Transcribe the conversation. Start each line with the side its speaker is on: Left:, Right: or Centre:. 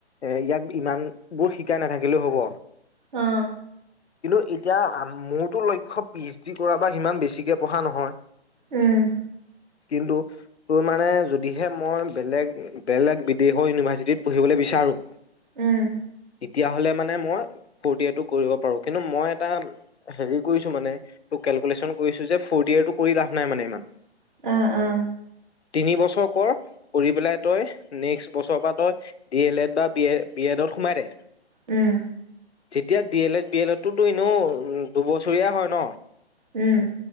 Left: এ ইয়াক ইমানবোৰ শিকাই নাথাকিলেও হ'ব।
Right: অ।
Left: কিন্তু এতিয়া মোৰতো লক্ষ্য পি এইচ ডি কৰা বা সিমান বেছিকে পঢ়া নহয়।
Right: উম।
Left: কিন্তু তোৰ মানে যদিহে, মই বেলেগ বেলেগ বিদেশৰ ইউনিভাৰ্চিটিত পঢ়িবলৈ বিচাৰো।
Right: উম।
Left: তেতিয়া হ'লে মানে মই ফৰ্ডইয়েৰটো কৰিব পাৰো। কিন্তু মই এটা হেৰি কৰিছো মানে ত কেলকুলেচন কৰিছো যে ফৰ্ড ইয়েৰটো কৰি লাভ নাই মানে ইমান।
Right: অ, অ।
Left: তিনি বছৰ কৰ, কৰি পেলাই তই নেক্সট বছৰ পৰা তই ডি এল এড বা বি এ ডত সোমাই দে।
Right: উম।
Left: যেতিয়া ডি এল এড, বি এডটোটো এনেও দুবছৰীয়া হয় ন?
Right: উম।